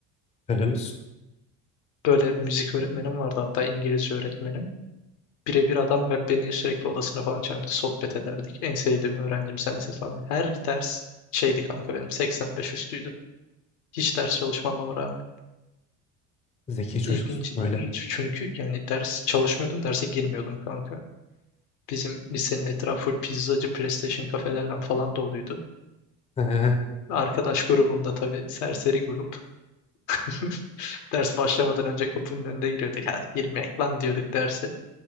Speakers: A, on the left; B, on the left.
A: Helal olsun.
B: Böyle müzik öğretmenim vardı hatta İngilizce öğretmenim. birebir adam be- beni sürekli odasına falan çağırdı. Sohbet ederdik. En sevdiğim öğrencim sensin falan. Her ders şeydi kanka benim 85 üstüydü. Hiç ders çalışmamama rağmen.
A: Zeki çocuksun
B: İlginç, ilginç
A: öyle.
B: çünkü yani ders çalışmıyordum, derse girmiyordum kanka. Bizim lisenin etrafı full pizzacı, PlayStation kafelerle falan doluydu.
A: Ee,
B: Arkadaş grubumda tabii serseri grup. <laughs> Ders başlamadan önce kapının önünde giriyorduk. Ha, girmeyek lan diyorduk derse.